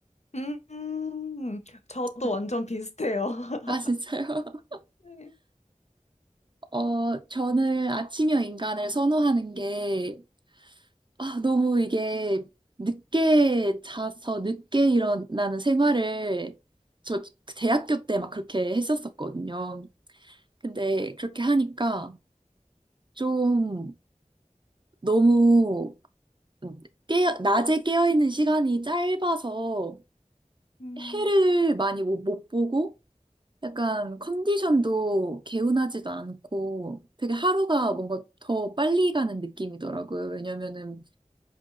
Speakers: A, on the left; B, on the right.
A: 음, 음, 저도
B: 네.
A: 완전 비슷해요. <laughs>
B: 아, 진짜요? <laughs>
A: 네.
B: 어, 저는 아침형 인간을 선호하는 게 아, 너무 이게 늦게 자서 늦게 일어나는 생활을 저 대학교 때 막 그렇게 했었었거든요. 근데 그렇게 하니까 좀 너무 깨어, 낮에 깨어있는 시간이 짧아서
A: 음.
B: 해를 많이 못, 못 보고 약간 컨디션도 개운하지도 않고 되게 하루가
A: 음,
B: 뭔가 더 빨리 가는 느낌이더라고요. 왜냐면은